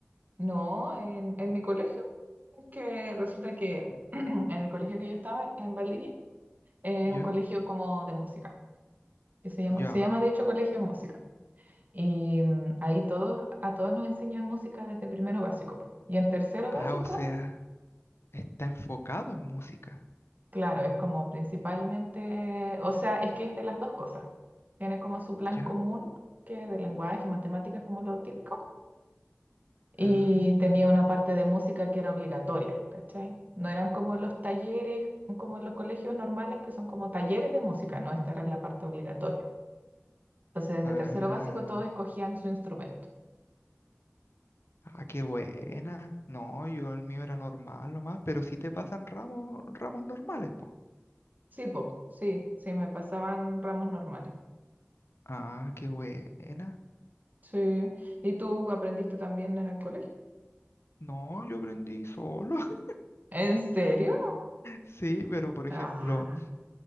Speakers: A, on the right; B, on the left.
A: No, en, en mi colegio. Es que resulta que <clears throat> en el colegio que yo estaba, en Valdivia, es
B: ¿Ya?
A: un colegio como de música, que se llama,
B: Ya.
A: se llama de hecho Colegio de Música. Y mm, ahí todos, a todos nos enseñan música desde primero básico. po. Y en tercero
B: Ah,
A: básico
B: o sea, está enfocado en música.
A: Claro, es como principalmente, o sea, es que es de las dos cosas. Tiene como su plan
B: ¿Ya?
A: común, que es de lenguaje, matemáticas, como lo típico, y
B: Ah,
A: tenía una parte de música que era obligatoria, ¿cachai? No eran como los talleres, como los colegios normales, que son como talleres de música, no, esta era la parte obligatoria. Entonces, desde
B: ah,
A: tercero básico todos escogían su instrumento.
B: ah, qué buena. No, yo el mío era normal nomás, pero sí te pasan ramos, ramos normales, po.
A: Sí, po, sí, sí, me pasaban ramos normales.
B: Ah, qué buena.
A: Sí, ¿y tú aprendiste también en el colegio?
B: No, yo aprendí solo. <laughs>
A: ¿En serio?
B: Sí, pero por
A: Ah,
B: ejemplo,